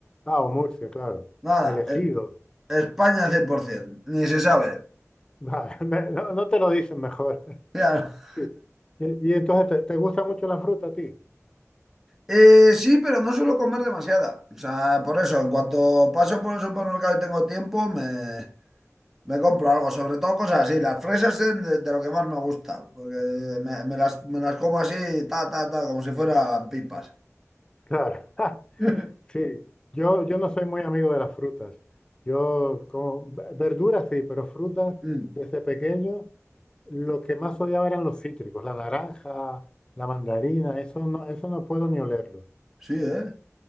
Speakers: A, on the left; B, in the centre.
A: Ah, o Murcia, claro.
B: Nada,
A: Elegido.
B: es- España 100%, ni se sabe.
A: Vale, <laughs> me- no, no te lo dicen mejor. <laughs>
B: <laughs>
A: Sí. Y, y entonces, ¿te, te gusta mucho la fruta a ti?
B: Eh, sí, pero no suelo comer demasiada. O sea, por eso, en cuanto paso por el supermercado y tengo tiempo, me, me compro algo. Sobre todo cosas así. Las fresas son de, de lo que más me gusta. Porque me, me las, me las como así, ta, ta, ta, como si fueran pipas.
A: Claro. <laughs>
B: <laughs>
A: Sí, yo, yo no soy muy amigo de las frutas. Yo como ve- verduras sí, pero frutas
B: Mm,
A: desde pequeño lo que más odiaba eran los cítricos, la naranja, la mandarina, eso no, eso no puedo ni olerlo.
B: Sí, ¿eh?